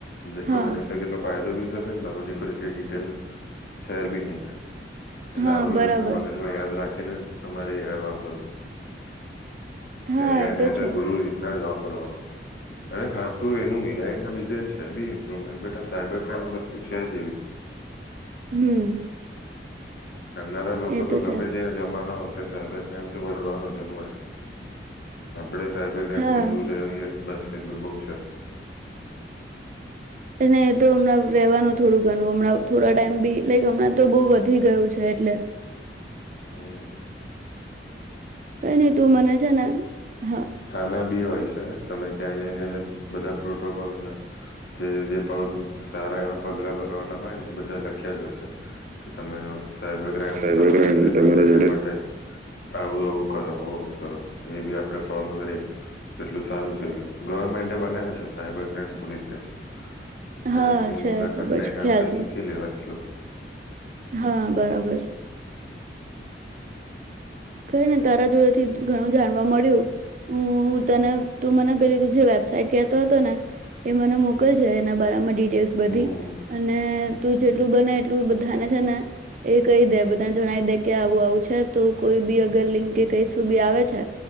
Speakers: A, on the left (about 65°); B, on the right (about 45°).
A: જેટલો
B: હા
A: બની શકે કેટલો ફાયદો બી ફર દવામાંજી કોઈ ડીટેલ શેર બી નહી થાય. એલા
B: હા
A: આવ
B: બરાબર
A: રીતે નાયાદ કેને તમારે એવાપરવું
B: હા
A: કાર
B: એ
A: ને તો
B: છે
A: ગુરુ રીતના જ વાપર રનું, અને ખાસું એનું એઆઈ ના લીધે છે બી ઇમ્પ્રુવમેન્ટ બ આ સાયબર ક્રાઈમ વસ્તુ છે જ એવી.
B: હમ
A: કરનારા લોકો
B: એ
A: તો ગમે
B: છે
A: તેને જમાનો સાબે એમ તો વધવાનો જન્મ કે સાહેબ ગ્રમથી
B: હા
A: દૂર રહ્યો હોઈ છે. બસ એટલું બહ છે.
B: અને તો હમણાં રહેવાનું થોડું ઘણું હમણાં થોડા ટાઈમ બી લાઈક હમણાં તો બહુ વધી ગયું છે એટલે.
A: હમ હમ.
B: કઈ નહી તું મના છે ના હા.
A: થાના બી હોય છે તમે ત્યાં જઈને બધા પ્રોટોકોલના, જે જે પ સારા એવા પગલા ભરવાના હોય ને એ બધા લખ્યા જ હશે, કે તમે સાયબર ક્રાઈમ
B: સાયબર
A: તમારા
B: ક્રાઈમ
A: જોડે ના
B: તમારા
A: થાય એના
B: જોડે
A: માટે હ <unintelligible> કર હો કરો બી આપ આપણે ફોલો કરીએ, તો એટલું સારું છે એ ગવર્મેન્ટ બનાવ છે સાયબર ક્રાઈમ પોલીસ સ્ટેશન. ત્યાં
B: હા
A: એની
B: છે
A: મુલાકાત
B: ખબર
A: લઈને
B: છે
A: આપડે
B: ખ્યાલ છે
A: શીખી લેવા એટલું
B: હા બરાબર. ખઈ ને તારા જોડે થી ઘણું જાણવા મળ્યું, હું તને તું મને પેલી ત જે વેબસાાઈટ કેહેતો હતો ને, એ મને મોકલ છે એના બરાામાં ટેસ્ટ બધી,
A: હમ
B: અને તું જેટલું બને એટલું બધાને છે ને, એ કહી દે બધાને જણાવી દે કે આવું આવું છે ત કોઈ બી અગર લિંક કે કઈ શું બી આવે છે,